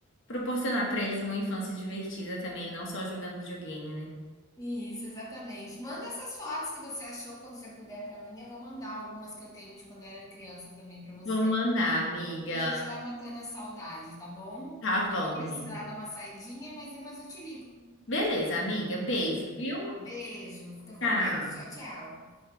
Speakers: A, on the left (about 65°); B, on the left (about 15°).
A: proporcionar para eles uma infância divertida também, não só jogando videogame, né?
B: Isso, exatamente. Manda essas fotos que você achou quando você puder para mim. Eu vou mandar algumas que eu tenho de quando eu era criança também para você.
A: Vou mandar, amiga.
B: E a gente vai matando a saudade, tá bom?
A: Tá bom,
B: Eu vou precisar
A: amiga.
B: dar uma saidinha, mas depois eu te ligo.
A: Beleza, amiga. Beijo, viu?
B: Beijo, fica
A: Tchau.
B: com Deus. Tchau, tchau.